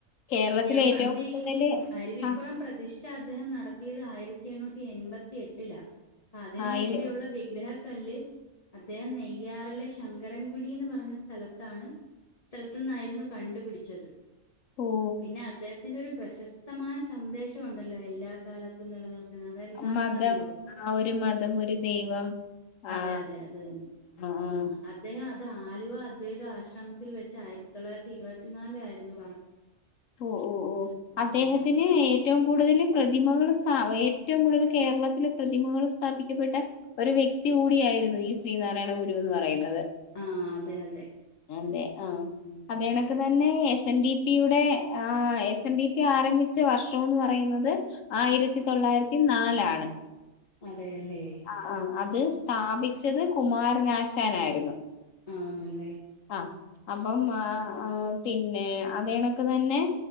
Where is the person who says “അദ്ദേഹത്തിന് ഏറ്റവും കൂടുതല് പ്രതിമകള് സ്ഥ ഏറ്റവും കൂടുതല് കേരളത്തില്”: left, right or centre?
Left